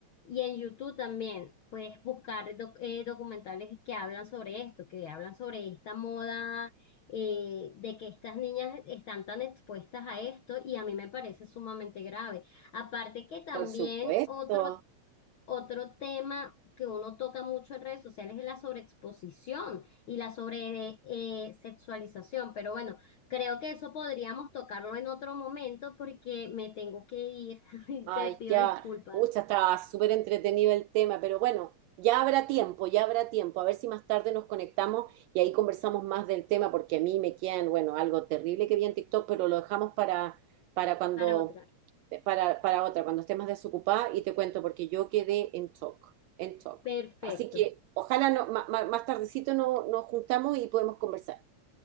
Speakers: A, on the left (about 55°); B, on the right (about 80°).
A: Y en YouTube también puedes buscar doc- eh, documentales que hablan sobre esto, que hablan sobre esta moda, eh, de que estas niñas están tan expuestas a esto y a mí me parece sumamente grave. Aparte que también
B: por supuesto.
A: otro otro tema que uno toca mucho en redes sociales es la sobreexposición y la sobre eh, sexualización, pero bueno, creo que eso podríamos tocarlo en otro momento porque me tengo que ir. <laughs> Y
B: Ay,
A: Te pido
B: ya,
A: disculpas
B: pucha, estaba súper entretenido el tema, pero bueno, ya habrá tiempo, ya habrá tiempo. A ver si más tarde nos conectamos y ahí conversamos más del tema, porque a mí me quedan, bueno, algo terrible que vi en TikTok, pero lo dejamos para, para cuando,
A: para otra.
B: eh, para, para otra, cuando esté más desocupada y te cuento, porque yo quedé en shock, en shock.
A: Perfecto,
B: Así que ojalá no, ma- ma- más, tardecito no- nos juntamos y podemos conversar.